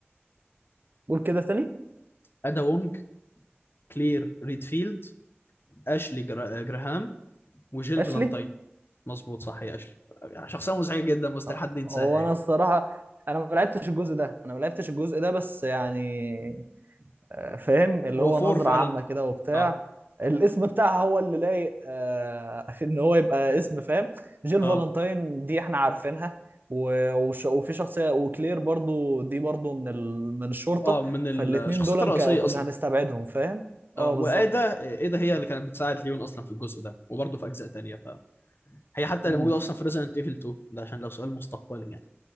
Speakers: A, on the right; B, on the left.
A: قول كده تاني
B: ادا وونج كلير ريدفيلد اشلي جرا- آه، جراهام وجيل
A: اشلي
B: فالنتاين مظبوط صح يا اشلي شخصيه مزعجه جدا مستحيل
A: آه،
B: حد ينساها
A: هو
B: يعني
A: انا الصراحه انا ما لعبتش الجزء ده انا ما لعبتش الجزء ده بس يعني آه، فاهم اللي
B: هو
A: هو
B: فور
A: نظرة
B: فعلا
A: عامة كده وبتاع
B: اه
A: الاسم بتاعها هو اللي لايق آه، <laughs> ان هو يبقى اسم فاهم جيل
B: اه
A: فالنتاين دي احنا عارفينها و- وش- وفي شخصية وكلير برضو دي برضو من ال... من الشرطة
B: اه من الشخصيات
A: فالاتنين دول
B: الرئيسيه
A: ك- كنا
B: اصلا
A: هنستبعدهم فاهم اه
B: اه وايدا
A: بالظبط
B: ايدا هي اللي كانت بتساعد ليون اصلا في الجزء ده وبرضه في اجزاء تانية فهي حتى
A: مم،
B: اللي موجوده اصلا في ريزنت ايفل 2 ده عشان لو سؤال مستقبلي يعني